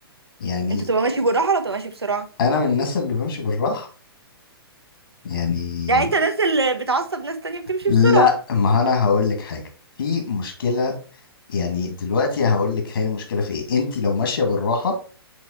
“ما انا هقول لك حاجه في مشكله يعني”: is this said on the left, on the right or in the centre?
Left